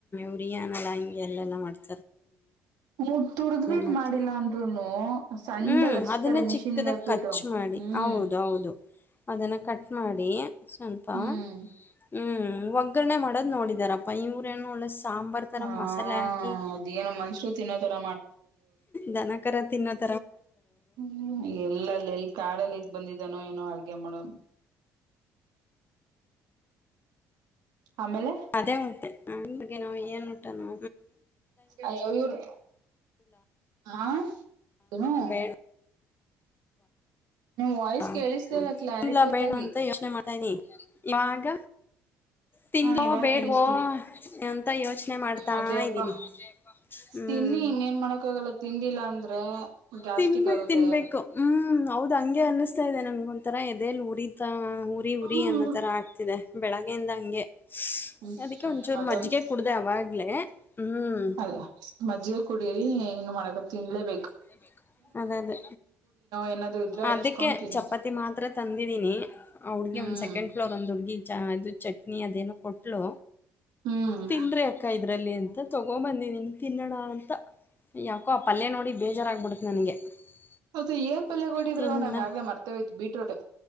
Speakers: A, on the left; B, on the right.
A: ಉರಿಯನಲ್ಲ ಹಿಂಗೆ ಎಲ್ಲ ಮಾಡ್ತಾರ
B: ಹ ತುರ್ದ್ಬಿಟ್
A: ಮತ್ತೆ
B: ಮಾಡಿಲ್ಲಾ ಅಂದ್ರುನು. ಸಣ್ಣದಾಗ್
A: ಹ್ಮ್
B: ಹಚ್ತಾರೆ
A: ಅದನ್ನ
B: ಮಿಷಿನ್ಗ್
A: ಚಿಕ್ಕದಾಗಿ
B: ಹಾಕ್ಬಿಟ್ಟು
A: ಕಚ್ ಮಾಡಿ
B: ಹ್ಮ್
A: ಹೌದು ಹೌದು. ಅದನ್ನ ಕಟ್ ಮಾಡಿ ಸ್ವಲ್ಪ.
B: ಹ್ಮ್
A: ಹ್ಮ್ ಒಗ್ಗರಣೆ ಮಾಡೋದು ನೋಡಿದಾರಪ್ಪ ಇವರೇನು ಒಳೆ ಸಾ ಸಾಂಬಾರು ಥರ
B: ಹಾ
A: ಮಸಾಲೆ ಹಾಕಿ
B: ಅದೇನೋ ಮನುಷ್ರು ತಿನ್ನೋ ತರ
A: ದನಕರ ತಿನ್ನೋದ
B: ಹ್ಮ ಇಲ್ಲಾ ಎಲ್ಲಲ್ಲಿ ಎಲ್ಲಿ ಕಾಡಲ್ಲಿ ಇದ್ ಬಂದಿದ್ದಾನೋ ಏನೋ ಅಡ್ಗೆ ಮಾಡೋನು. ಆಮೇಲೆ
A: ಅದೇ ಮತ್ತೆ ನಗೆ ನಾವು ಏನ್ ಊಟನೋ.
B: ಅಯ್ಯೋ ಇವರು ಹಾ ಹ್ಮ್.
A: ತಿನ್ ಬೇಡವಾ
B: ವಾಯ್ಸ್
A: ಹಾ
B: ಕೇಳಿಸ್ತಿಲ್ಲ ಕ್ಲಾರಿಟಿ
A: ತಿನ್ಲಾ ಬೇಡ್ವಾ
B: ಆಗಿ
A: ಅಂತ ಯೋಚನೆ ಮಾಡ್ತಾನಿ ಇವಾಗ. ತಿನ್ಲೊ
B: ಹಾ ಇವಾಗ
A: ಬೇಡ್ವೋ
B: ಕೇಳಿಸ್ತೀವಿ
A: ಎಂತ ಯೋಚನೆ ಮಾಡ್ತಾ
B: ಅದೇ ಅಕ್ಕ
A: ಇದ್ದೀನಿ. ಹ್ಮ್
B: ತಿನ್ನಿ ಇನ್ನ ಏನ್ ಮಾಡಕ್ಕ ಆಗಲ್ಲ ತಿಂದಿಲ್ಲ ಅಂದ್ರೆ. ಗ್ಯಾಸ್ಟ್ರಿಕ್
A: ತಿನ್ಬೇಕು
B: ಆಗುತ್ತೆ
A: ತಿನ್ಬೇಕು ಹ್ಮ್ ಹೌದ್ ಹಂಗೆ ಅನ್ನಿಸ್ತಾ ಇದೆ ನನ್ಗ ಒಂಥರ ಎದೆಲ್ ಉರಿತ. ಉರಿ ಉರಿ
B: ಹ್ಮ್
A: ಅನ್ನೋ ತರ ಆಗ್ತಿದೆ ಬೆಳಗ್ಗೆಯಿಂದ ಹಂಗೆ.
B: ಹ್ಮ್
A: ಅದಕ್ಕೆ ಒಂಚೂರು
B: ಅದೊಂದು
A: ಮಜ್ಜಿಗೆ ಕುಡ್ದೆ ಅವಾಗ್ಲೇ ಹ್ಮ್
B: ಅದು ಮಜ್ಜಿಗೆ ಕುಡಿ. ಏನು ಮಾಡಕಲ್ಲ ತಿನ್ಲೇಬೇಕ.
A: <inaudible> ಅದ ಅದೇ
B: ಏನಾದ್ರು ಇದ್ರೆ ಹಚ್ಕೊಂಡ್
A: ಅದಕ್ಕೆ
B: ತಿನ್ನಿ
A: ಚಪಾತಿ ಮಾತ್ರ ತಂದಿದೀನಿ ಅವಳ.
B: ಹ್ಮ್
A: ಒಂದ ಸೆಂಡಫ್ಲೋರ್ ಒಂದ ಹುಡುಗಿ. ಚ ಇದು ಚಟ್ನಿ ಅದೇನೋ ಕೊಟ್ಲು
B: ಹ್ಮ್
A: ತಿನ್ರೀ ಅಕ್ಕ ಇದ ಅ್ರಲ್ಲಿ ಅಂತ ತಗೋ ಬಂದ ತಿನ್ನೋ ಅಂತ ಯಾಕೋ ಆ ಪಲ್ಯ ನೋಡಿ ಬೇಜಾರಾಗಬಿಡತ್ತ. <unintelligible>
B: ಹೌದು ಏನ್ ಪಲ್ಯ ಕೊಡಿದ್ರು
A: ತಿನ್ನ
B: ನಂಗ ಆಗ್ಲೇ ಮರ್ತೇ ಹೋಯ್ತು ಬೀಟರೂಟ್.